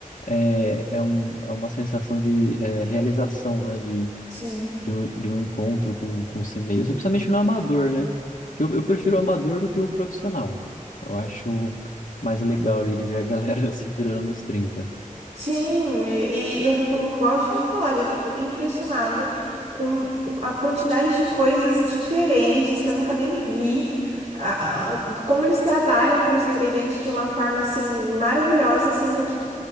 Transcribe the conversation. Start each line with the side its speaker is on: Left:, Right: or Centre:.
Left: é, é, um, é uma sensação de é, realização, né, de
Right: Sim.
Left: de um, de um encontro com, com si mesmo, principalmente no amador, né? Porque eu, eu prefiro o amador do que o profissional. Eu acho mais legal ali de ver a galera <laughs> se virando nos trinta
Right: Sim, e e eu fico, igual eu tinha falado, eu fico impressionada com o- a quantidade de coisas diferentes que eu nunca nem vi, a- a- como eles trabalham com os ingredientes de uma forma assim maravilhosa, sendo que